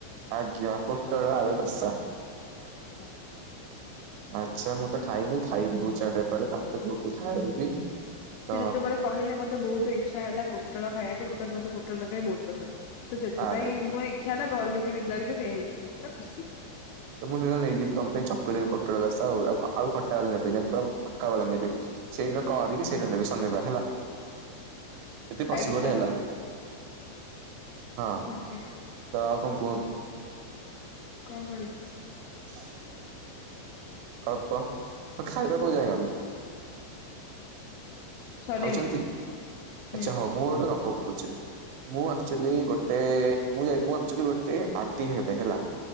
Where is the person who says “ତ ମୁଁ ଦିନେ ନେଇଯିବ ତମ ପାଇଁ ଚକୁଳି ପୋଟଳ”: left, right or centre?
Right